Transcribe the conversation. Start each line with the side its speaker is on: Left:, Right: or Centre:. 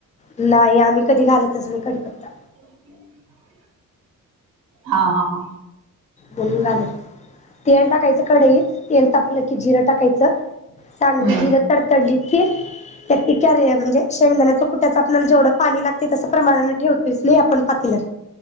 Left: नाही. आम्ही कधी घालतच नाही कडीपत्ता.
Right: <inaudible> हा, हा, हा.
Left: मनून घालत. तेल टाकायचं कढईत. तेल ताप पलं की, जिरं टाकायचं. चांगली
Right: हम्म
Left: जिरं तडतडली ते त्यात क्यारे म्हणजे, शेंगदाण्याचं कुट्याचं आपल्याला जेवढं पाणी लागतय तसं, प्रमाणाने ठेवतोच नाही आपण पातीलात.